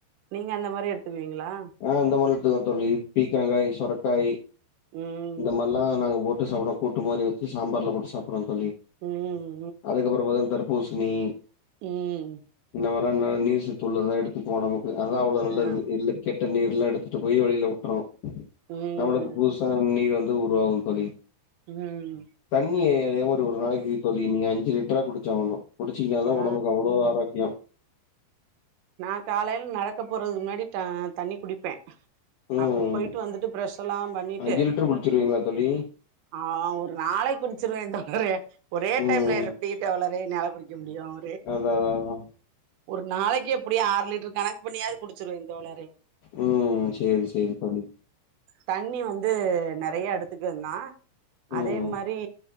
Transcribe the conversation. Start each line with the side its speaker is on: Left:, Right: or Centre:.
Right: நீங்க அந்த மாதிரி எடுத்துக்குவீங்களா
Left: ஆ அந்த மாதிரி எடுத்துகிற தோழி பீக்கங்காய் சுரக்காய்
Right: உம்
Left: இந்த மாதிரிலாம் நாங்க போட்டு சாப்டுவோம் கூட்டு மாதிரி வச்சி சாம்பார்ல போட்டு சாப்புடுறோம் தோழி
Right: உம்
Left: அதுக்கப்புறம் பாத்தா தர்பூசணி
Right: உம்
Left: வர நீர் சத்து உள்ளதான் எடுத்துக்குவோ நமக்கு அதான் அவ்வளவு நல்லது
Right: ஆ
Left: இல்ல கெட்ட கெட்ட நீர்ல்லாம் எடுத்துட்டு போய் வெளியில உட்டுரும்
Right: ம்
Left: நம்மளுக்கு புதுசா நீர் வந்து உருவாகும் தோழி
Right: உம்
Left: தண்ணிய அதே மாதிரி ஒரு நாளைக்கு தோழி நீங்க அஞ்சு லிட்டரா குடிச்சாகணும் குடிச்சிங்கன்னா த்
Right: ஆ
Left: உடம்புக்கு அவ்ளோ ஆரோக்கியம்
Right: நா காலையில நடக்க போறதுக்கு முன்னாடி த தண்ணி குடிப்ப
Left: ம்
Right: அப்ப போயிட்டு வந்துட்டு ப்ரஷ் எல்லா பண்ணிட்டு
Left: அஞ்சு லிட்டர் குடிச்சிருவீங்களா தோழி
Right: ஆ ஒரு நாளைக்கு குடிச்சிருவேன் தோழரே ஒரே
Left: ம்
Right: டைம்ல எப்டி தோழரே என்னையால குடிக்க முடியும்
Left: அதா அதா அதா
Right: ஒரு நாளைக்கு எப்டியா ஆறு லிட்டர் கணக்கு பண்ணியாவது குடிச்சிருவ தோழரே
Left: ம் சேரி சேரி தோழி
Right: தண்ணி வந்து நெறைய எடுத்துக்குவ தான்
Left: ம்
Right: அதே மாதிரி